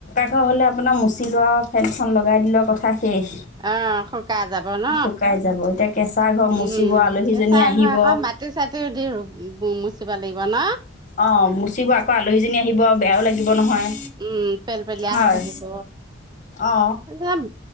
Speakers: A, on the left; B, on the right.
A: থ হ'লে আপোনাৰ মুচ <unintelligible> লোৱা আৰু ফেনখন লগাই দিলোৱা কথা শেষ
B: অ' শুকাা যাব ন
A: শুকাই যাব এতিয়া কেঁচা ঘৰ মুচিব
B: উম
A: আলহীজনী
B: কেঁচা
A: আহিব
B: ঘৰ আকৌ মাটি চাটিও দি ৰুব ৰুমবোৰ মুচিব লাগিব ন?
A: অ' মুচিব আকৌ আলহীজনী আহিব বেয়াও লাগিব। নহয়
B: উম পেল পেলিয়া
A: হয়
B: হৈ থাকিব
A: অ
B: যাম